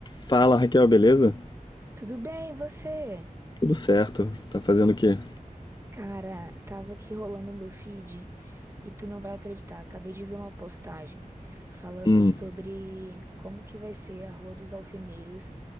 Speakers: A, on the left; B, on the right.
A: Fala, Raquel, beleza?
B: Tudo bem, e você?
A: Tudo certo. Tá fazendo o quê?
B: Cara, tava aqui rolando meu feed e tu não vai acreditar. Acabei de ver uma postagem falando
A: Hum.
B: sobre como que vai ser a Rua dos Alfeneiros